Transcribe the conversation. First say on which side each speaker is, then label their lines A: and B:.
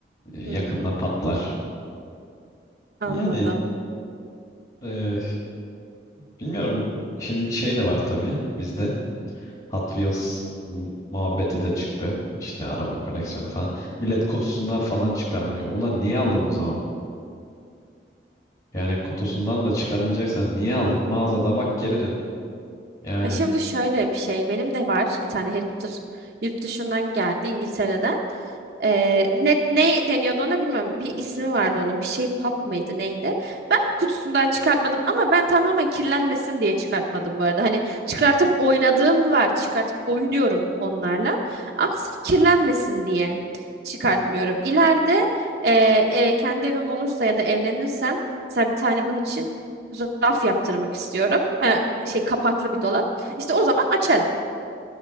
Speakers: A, on the left (about 35°); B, on the right (about 60°).
A: E,
B: Hmm,
A: yakında patlar.
B: anladım.
A: Yani e, bilmiyorum. Şimdi bir şey de var tabii bizde. Hot Wheels mu- muhabbeti de çıktı. İşte araba koleksiyonu falan. Millet kutusundan falan çıkarmıyor. Ulan niye aldın o zaman? Yani kutusundan da çıkarmayacaksan niye aldın? Mağazada bak geri dön. Yani
B: Ya şimdi şöyle bir şey. Benim de var bir tane Harry Potter yurt dışından geldi İngiltere'den. Ee, ne, ne deniyordu ona bilmiyorum. Bir ismi vardı onun. Bir şey pub mıydı neydi? Ben kutusundan çıkartmadım ama ben tamamen kirlenmesin diye çıkartmadım bu arada. Hani çıkartıp oynadığım var. Çıkartıp oynuyorum onlarla. Ama sırf kirlenmesin diye çıkartmıyorum. İleride e, e, kendi evim olursa ya da evlenirsem mesela bir tane bunun için raf yaptırmak istiyorum. Ha, şey kapaklı bir dolap. İşte o zaman açarım.